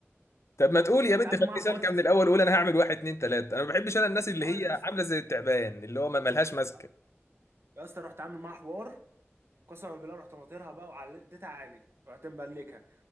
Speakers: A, on the left; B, on the right.
A: طب ما تقول يا
B: رحت
A: بنت
B: عامل
A: خليكي
B: معاها
A: سالكة
B: حوار في
A: من
B: س-
A: الأول وقول أنا هعمل واحد اتنين تلاتة أنا ما بحبش أنا الناس اللي
B: اه
A: هي
B: يا اسطى
A: عاملة زي التعبان اللي هو ما ملهاش ماسكة
B: آه، يا اسطى رحت عامل معاها حوار قسما بالله رحت ناطرها بقى وعلى اديتها عالي رحت مبلكها